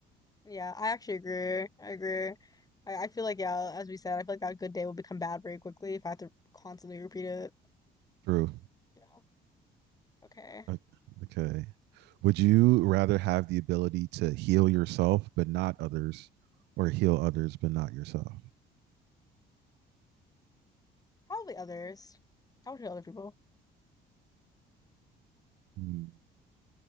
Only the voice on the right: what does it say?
True.
O- Okay. Would you rather have the ability to heal yourself but not others, or heal others but not yourself?
Hmm.